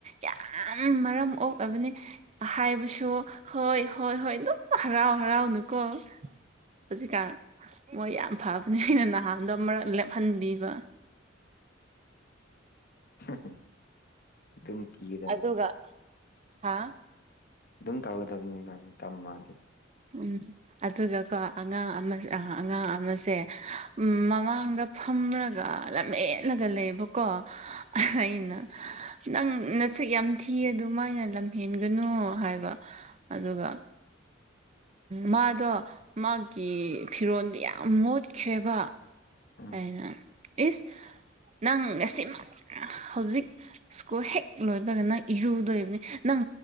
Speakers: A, on the right; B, on the left.
A: ꯌꯥꯝ ꯃꯔꯝ ꯑꯣꯛꯑꯕꯅꯤ ꯍꯥꯏꯕꯁꯨ ꯍꯣꯏ ꯍꯣꯏ ꯍꯣꯏ ꯑꯗꯨꯝ ꯍꯔꯥꯎ ꯍꯔꯥꯎ ꯅꯀꯣ ꯍꯧꯖꯤꯛꯀꯥꯟ ꯃꯣꯏ ꯌꯥꯝ ꯐꯕꯅꯦ ꯑꯩꯅ ꯅꯍꯥꯟꯗꯣ ꯃꯔꯛ ꯂꯦꯞꯍꯟꯕꯤꯕ
B: <unintelligible> ꯑꯗꯨꯝ ꯄꯤꯒꯗꯕꯅꯤ
A: ꯑꯗꯨꯒ ꯍꯥ
B: ꯑꯗꯨꯝ ꯇꯧꯒꯗꯕꯅꯤ ꯇꯝ ꯃꯥꯗꯤ
A: ꯎꯝ ꯑꯗꯨꯒꯀꯣ ꯑꯉꯥꯡ ꯑꯃ ꯑ ꯑꯉꯥꯡ ꯑꯃꯁꯦ ꯃꯃꯥꯡꯗ ꯐꯝꯔꯒ ꯂꯝꯍꯦꯟꯂꯒ ꯂꯩꯕꯀꯣ ꯑꯩꯅ ꯅꯪ ꯅꯁꯨꯛ ꯌꯥꯝ ꯊꯤ ꯑꯗꯨ ꯃꯥꯏꯅ ꯂꯝꯍꯦꯟꯒꯅꯨ ꯍꯥꯏꯕ ꯑꯗꯨꯒ ꯃꯥꯗꯣ ꯃꯥꯒꯤ ꯐꯤꯔꯣꯟꯜꯗꯤ ꯌꯥꯝ ꯃꯣꯠꯈ꯭ꯔꯦꯕ
B: ꯎꯝ
A: ꯑꯩꯅ ꯏꯁ ꯅꯪ ꯉꯁꯤꯃꯛ ꯍꯧꯖꯤꯛ ꯁ꯭ꯀꯨꯜ ꯍꯦꯛ ꯂꯣꯏꯕꯒ ꯅꯪ ꯏꯔꯨꯗꯣꯏꯕꯅꯤ ꯅꯪ